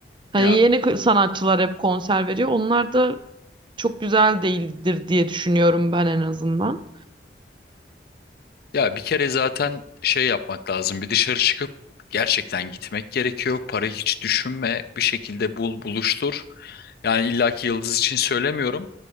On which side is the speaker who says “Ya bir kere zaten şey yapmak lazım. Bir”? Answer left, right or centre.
Left